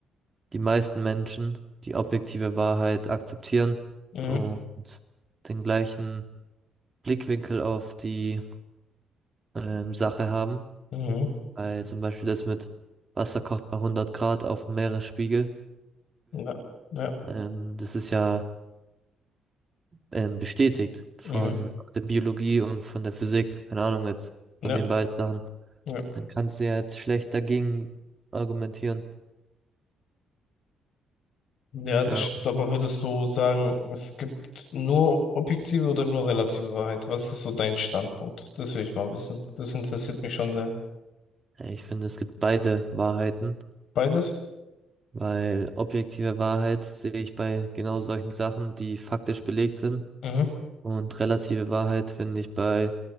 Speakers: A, on the right (about 30°); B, on the left (about 70°).
A: die meisten Menschen die objektive Wahrheit akzeptieren
B: Mhm.
A: und den gleichen Blickwinkel auf die ähm, Sache haben.
B: Mhm.
A: Weil zum Beispiel das mit Wasser kocht bei 100 Grad auf Meeresspiegelhöhe.
B: Ja. Ja.
A: Ähm, das ist ja ähm, bestätigt von
B: Mhm.
A: der Biologie und von der Physik, keine Ahnung jetzt,
B: Ja.
A: von den beiden Sachen,
B: Ja.
A: dann kannst du ja jetzt schlecht dagegen argumentieren.
B: Ja, das
A: Ja,
B: stimmt. Aber würdest du sagen, es gibt nur objektive oder nur relative Wahrheit? Was ist so dein Standpunkt? Das will ich mal wissen. Das interessiert mich schon sehr.
A: Ja, Ich finde, es gibt beide Wahrheiten,
B: Beides?
A: weil objektive Wahrheit sehe ich bei genau solchen Sachen, die faktisch belegt sind
B: Mhm.
A: und relative Wahrheit finde ich bei